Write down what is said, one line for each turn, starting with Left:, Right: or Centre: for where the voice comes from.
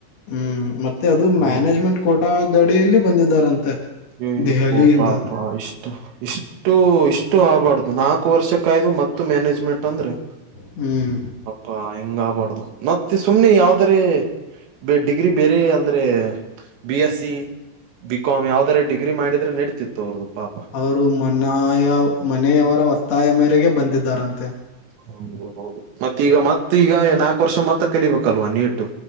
Left: ಹ್ಮ್ ಮತ್ತೆ ಅದು
Right: ಹೌದು
Left: ಮ್ಯಾನೇಜ್ಮೆಂಟ್ ಕೋಟ ದಡಿಯಲ್ಲಿ ಬಂದಿದ್ದಾರಂತೆ
Right: ಏ
Left: ದೆಹಲಿಯಿಂದ
Right: ಅಪ್ಪು ಅಪ್ಪಾ ಅಪ್ಪ ಇಷ್ಟ ಇಷ್ಟ ಇಷ್ಟು ಇಷ್ಟು ಆಗಬಾರ್ದು ನಾಲ್ಕು ವರ್ಷಕ್ಕಾಯ್ದು ಮತ್ತೆ ಮ್ಯಾನೇಜ್ಮೆಂಟ್ ಅಂದ್ರೆ
Left: ಹ್ಮ್
Right: ಪಾ ಹಿಂಗ ಆಗಬಾರ್ದು ಮತ್ತೆ ಸುಮ್ನೆ ಯಾವ್ದರಿ ಡಿಗ್ರಿ ಬೇರೆ ಅಂದ್ರೆ B S C B com ಯಾವ್ದದಾರ ಡಿಗ್ರಿ ಮಾಡಿದ್ರೆ ನಡೀತಿತ್ತು ಅವ್ರದ್ದ ಪಾಪ
Left: ಅವರು ಮನಾಯಾ ಮನೆಯವರ ಒತ್ತಾಯ ಮೇರೆಗೆ ಬಂದಿದ್ದಾರಂತೆ
Right: ಹೌದು ಹೌದು ಮತ್ತ ಈಗ ಮತ್ತ ಈಗ ನಾಲ್ಕು ವರ್ಷ ಮತ್ತೆ ಕಲಿಬೇಕಲ್ವಾ ನೀಟು